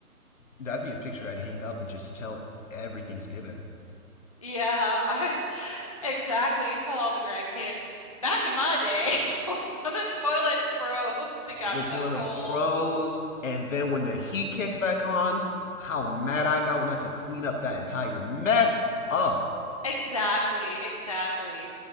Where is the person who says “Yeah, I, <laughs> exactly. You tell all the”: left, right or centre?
Left